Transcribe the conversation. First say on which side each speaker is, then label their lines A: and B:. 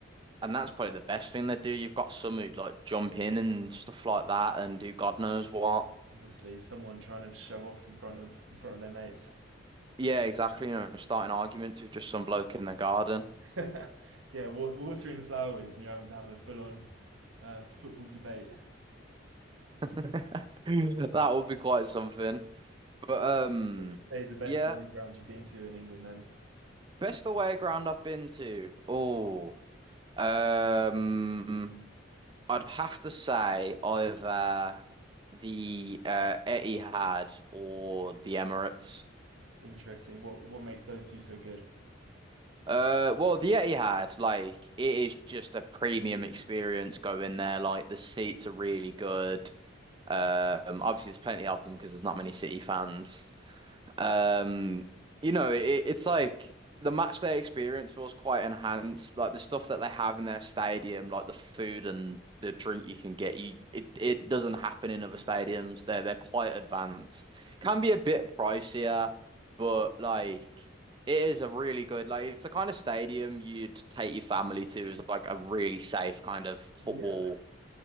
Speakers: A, on the right; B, on the right.
A: and that's probably the best thing they do. You've got some who like jump in and stuff like that, and do God knows what.
B: Honestly, someone trying to show off in front of in front of their mates.
A: Yeah, exactly. You know, starting arguments with just some bloke in the garden.
B: <laughs> yeah, watering the flowers, and you're having to have a full on uh, football debate.
A: <laughs> That would be quite something. But
B: What
A: um.
B: what would you say is the best
A: Yeah,
B: away ground you've been to in England? Then
A: Best away ground I've been to. Oh, um, I'd have to say either the uh, Etihad or the Emirates.
B: interesting. What what makes those two so good?
A: Uh, well, the Etihad, like it is just a premium experience going there. Like the seats are really good. Um, obviously there's plenty of them because there's not many City fans. Um, you know, it, it's like the match day experience feels quite enhanced. Like the stuff that they have in their stadium, like the food and the drink you can get, you it, it doesn't happen in other stadiums. They're they're quite advanced. Can be a bit pricier, but like it is a really good like it's the kind of stadium you'd take your family to as like a really safe kind of football
B: Yeah,